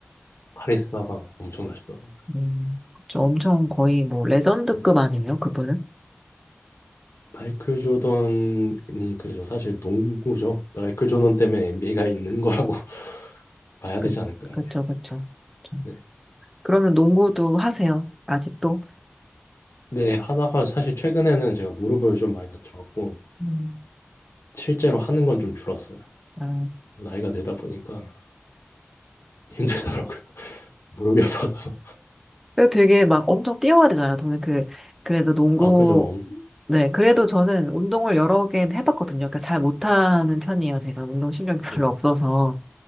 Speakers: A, on the left; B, in the centre.
A: 카리스마가 엄청나시더라고요.
B: 음. 그쵸. 엄청 거의 뭐 레전드급
A: 네.
B: 아니에요, 그분은?
A: 마이클 조던이 그죠. 사실 농구죠. 마이클 조던 때문에 NBA가 있는 거라고 <laughs> 봐야
B: 그,
A: 되지 않을까요?
B: 그쵸,
A: 네.
B: 그쵸. 그쵸.
A: 네.
B: 그러면 농구도 하세요, 아직도?
A: 네, 하다가 사실 최근에는 제가 무릎을 좀 많이 다쳐갖고
B: 음.
A: 실제로 하는 건 좀 줄었어요.
B: 아,
A: 뭐 나이가 들다 보니까 힘들더라고요. <laughs> 무릎이 아파서.
B: 그래도 되게 막 엄청 뛰어야 되잖아요. 저는 그, 그래도 농구,
A: 아, 그죠. 엄-
B: 네, 그래도 저는 운동을 여러 개 해봤거든요. 그러니까 잘 못하는 편이에요. 제가 운동 신경이 별로
A: 네네.
B: 없어서.